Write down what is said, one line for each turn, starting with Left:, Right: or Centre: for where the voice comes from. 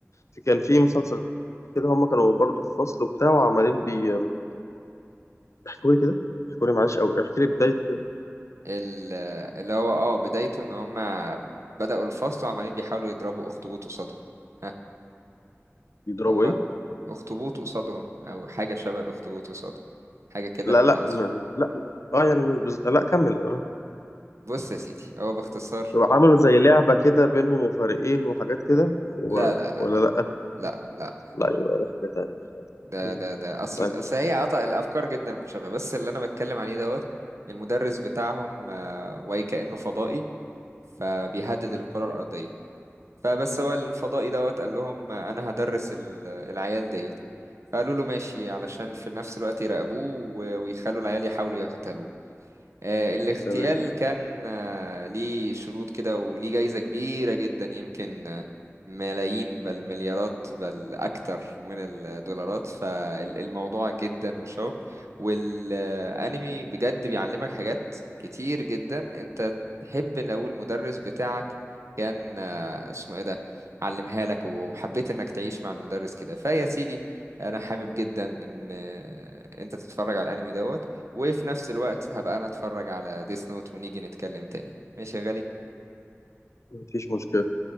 Left: في- كان في مسلسل كده هم كانوا برضو في فصل وبتاع وعمالين بي احكولي كده احكولي معلش او احكي لي بدايته كده
Right: ال- اللي هو اه بدايته ان هم بدأوا الفصل وعمالين بيحاولوا يضربوا اخطبوط قصادهم ها
Left: بيضربوا
Right: هو
Left: ايه
Right: اخطبوط قصادهم او حاجة شبه الاخطبوط قصادهم حاجة كده
Left: لا
Right: لونها
Left: لا
Right: اصفر
Left: م... لا اه يعني مش بز... لا كمل اه
Right: بص يا سيدي هو باختصار
Left: عملوا زي لعبة كده بينهم وفريقين وحاجات كده و...
Right: لا لا لا
Left: ولا
Right: لا
Left: لا
Right: لا لا
Left: لا يبقى ده حاجة تانية
Right: ده
Left: مم.
Right: ده ده اصل
Left: طيب
Right: اصل هي قطع الافكار جدا متشابهه بس اللي انا بتكلم عليه دوت المدرس بتاعهم آه، واي كانه فضائي فبيهدد الكره الارضيه فبس هو الفضائي دوت قال لهم آه، انا هدرس ال- العيال ديت فقالوا له ماشي علشان في نفس الوقت يراقبوه و- ويخلوا العيال يحاولوا يغتالوه آه، الاغتيال
Left: تمام
Right: كان آه، ليه شروط كده وليه جايزة كبيرة جدا يمكن آه، ملايين بل مليارات بل أكتر من الدولارات فالموضوع جدا مشوق والأنمي بجد بيعلمك حاجات كتير جدا أنت تحب لو المدرس بتاعك كان آه، اسمه ايه ده علمها لك وحبيت انك تعيش مع المدرس كده فيا سيدي انا حابب جدا ان آه، انت تتفرج على الانمي دوت وفي نفس الوقت هبقى انا اتفرج على ديس نوت ونيجي نتكلم تاني ماشي يا غالي
Left: مفيش مشكلة